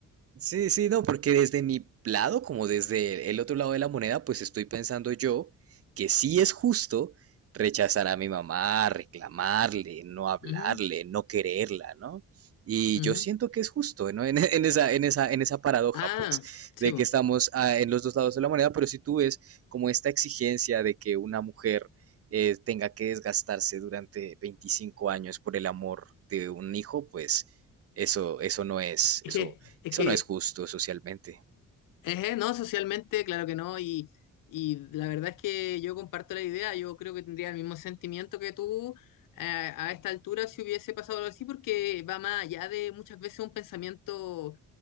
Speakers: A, on the right; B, on the left.
A: Sí, sí, no, porque desde mi lado, como desde el otro lado de la moneda, pues estoy pensando yo que sí es justo rechazar a mi mamá, reclamarle, no hablarle,
B: Ujú,
A: no quererla, ¿no? Y
B: ujú.
A: yo siento que es justo, ¿no? En, <laughs> en esa, en esa, en esa paradoja,
B: Ah,
A: pues,
B: sí,
A: de
B: po.
A: que estamos ah, en los dos lados de la moneda, pero si tú ves como esta exigencia de que una mujer eh, tenga que desgastarse durante 25 años por el amor de un hijo, pues eso, eso no es, eso,
B: Es que, es
A: eso
B: que,
A: no es justo socialmente.
B: ejé, no, socialmente, claro que no, y, y la verdad es que yo comparto la idea, yo creo que tendría el mismo sentimiento que tú eh, a esta altura si hubiese pasado algo así, porque va más allá de muchas veces un pensamiento